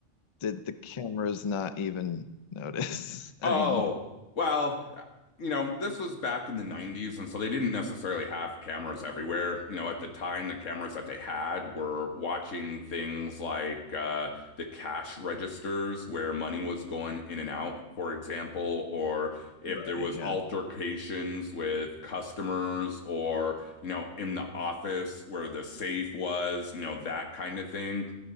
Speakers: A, on the left (about 55°); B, on the left (about 80°).
A: did the cameras not even notice? <laughs>
B: Oh,
A: I mean,
B: well, uh, you know, this was back in the 90s, and so they didn't necessarily have cameras everywhere. You know, at the time, the cameras that they had were watching things like uh, the cash registers where money was going in and out, for example, or if
A: right,
B: there was
A: yeah.
B: altercations with customers or, you know, in the office where the safe was, you know, that kind of thing.